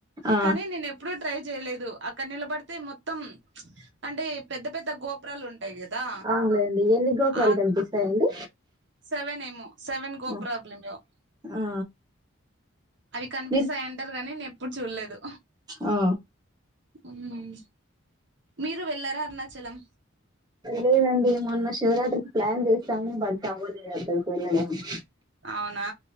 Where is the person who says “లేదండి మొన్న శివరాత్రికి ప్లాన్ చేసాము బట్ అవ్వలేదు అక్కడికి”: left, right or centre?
Right